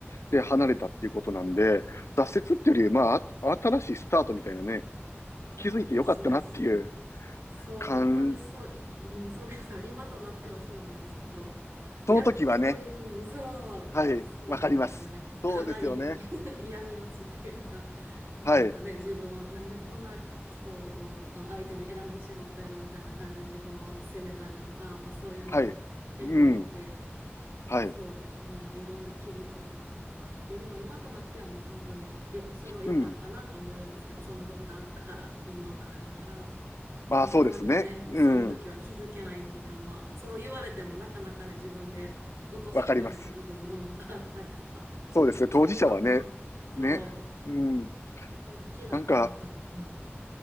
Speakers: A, on the left (about 80°); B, on the right (about 60°).
A: で、離れたっていうことなんで、挫折っていうより、まあ、あ新しいスタートみたいなね、
B: あ、
A: 気づいてよかったなっていう
B: そうそう。そう、
A: 感、
B: 本当にそう、うん、そうですね。<laughs> 今となってはそうなんですけど、やっとそういうふうに、
A: その時はね、
B: そう、
A: はい、
B: そうなんですよね。
A: わかります。そうですよね。
B: かなり <laughs> 嫌味落ちっていうか、もうなんかね、
A: はい、
B: 自分を、なんでこんな人をあ相手に選んでしまったやろみたいな感じで自分を責めたりとか、まあそういうのも経て経て、
A: はい、うん、はい、
B: そうですね。まあ、いろんな気づきとかもあって、でも今となってはもう本当によ、それは良かったなと思えるんですけど、
A: うん。
B: そのことがあったから今があるから、
A: まあ、
B: なかなかね、
A: そうですね。うん、
B: その時は気づけないっていうか、まあ、そう言われてもなかなかね、自分で落とし込めない部分もうんあったりとか、
A: わかります。そうですね。
B: それがまあ、
A: 当事者はね、
B: そ
A: ね、うん、
B: う、大きな転換、
A: なんか、
B: うん。